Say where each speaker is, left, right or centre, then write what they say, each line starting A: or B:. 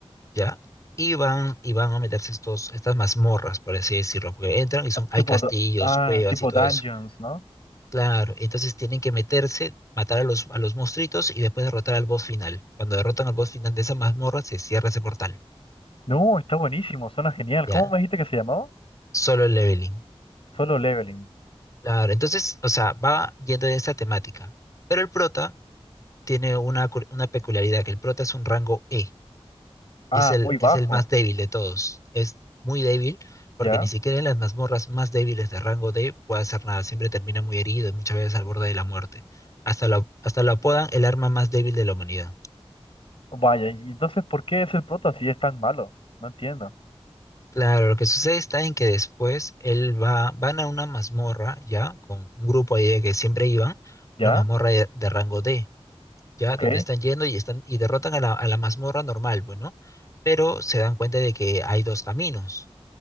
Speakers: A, on the left; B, on the left.
A: ¿ya? Y van, y van a meterse estos, estas mazmorras, por así decirlo, porque entran y son,
B: Ah,
A: hay
B: Tipo,
A: castillos,
B: du- ah,
A: cuevas
B: tipo
A: y todo
B: dungeons,
A: eso.
B: ¿no?
A: Claro, entonces tienen que meterse, matar a los, a los monstruitos y después derrotar al boss final. Cuando derrotan al boss final de esa mazmorra, se cierra ese portal,
B: No, está buenísimo, suena genial.
A: ¿ya?
B: ¿Cómo me dijiste que se llamaba?
A: Solo el leveling.
B: Solo leveling.
A: Claro, entonces, o sea, va yendo en esa temática. Pero el prota tiene una, cu- una peculiaridad, que el prota es un rango E.
B: Ah,
A: y es el,
B: muy bajo,
A: es el más débil de todos. Es muy débil porque
B: ¿ya?
A: ni siquiera en las mazmorras más débiles de rango D puede hacer nada. Siempre termina muy herido y muchas veces al borde de la muerte. Hasta lo, hasta lo apodan el arma más débil de la humanidad.
B: Vaya, y entonces, ¿por qué es el prota si es tan malo? No entiendo.
A: Claro, lo que sucede está en que después él va, van a una mazmorra, ya, con un grupo ahí de que siempre iban,
B: ¿Ya?
A: una mazmorra de, de rango D, ya,
B: Ok.
A: donde están yendo y están, y derrotan a la, a la mazmorra normal, bueno, pero se dan cuenta de que hay dos caminos